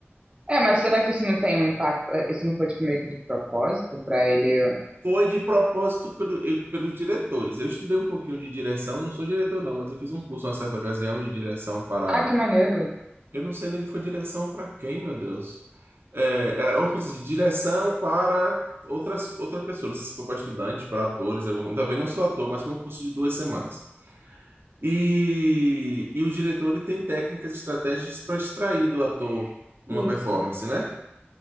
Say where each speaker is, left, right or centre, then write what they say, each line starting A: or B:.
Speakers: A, on the right (about 25°); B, on the right (about 60°).
A: é, mas será que isso não tem um impacto? eh, Isso não foi tipo, meio que de propósito pra ele?
B: Foi de propósito pelo- eu- pelos diretores. Eu estudei um pouquinho de direção, não sou diretor não, mas eu fiz um curso uma certa ocasião de direção para.
A: Ah, que maneiro!
B: Eu não sei nem que foi direção para quem, meu Deus. É, era um curso de direção para outras outra pessoa. Não sei se foi para estudantes, para atores. algum- Também não sou ator, mas foi um curso de duas semanas. E, e o diretor ele tem técnicas e estratégias para extrair do ator
A: Isso,
B: uma performance, né?